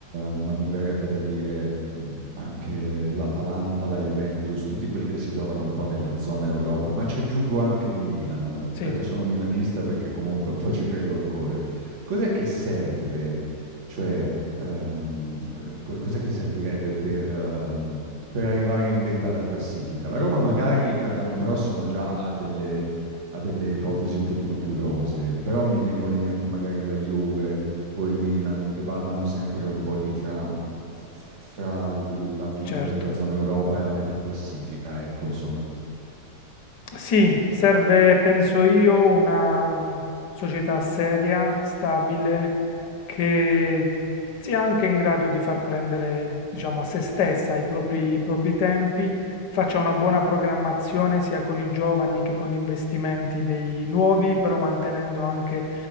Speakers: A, on the right (about 45°); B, on the left (about 75°).
A: ma mi verrebbe da dire mm, anche l'Atalanta, la Juventus, tutti quelli che si trovano un po' nella zona Europa, ma ci aggiungo anche il Milan,
B: Sì.
A: perché sono milanista, perché comunque un po' ci credo ancora. Cos'è che serve? Cioè, ehm, co- cos'è che servirebbe per, ehm, per arrivare in vetta alla classifica? La Roma magari per l'anno prossimo già ha delle a delle ipotesi un pochino più rosee, però mi vengono in mente magari la Juve o il Milan che ballano sempre un po' lì fra, f- fra la fine
B: Certo.
A: della zona Europa e la metà classifica, ecco, insomma.
B: Sì, serve, penso io, una mm, società seria, stabile, che sia anche in grado di far prendere, diciamo, a se stessa i propri, i propri tempi, faccia una buona programmazione sia con i giovani che con gli investimenti dei nuovi, però mantenendo anche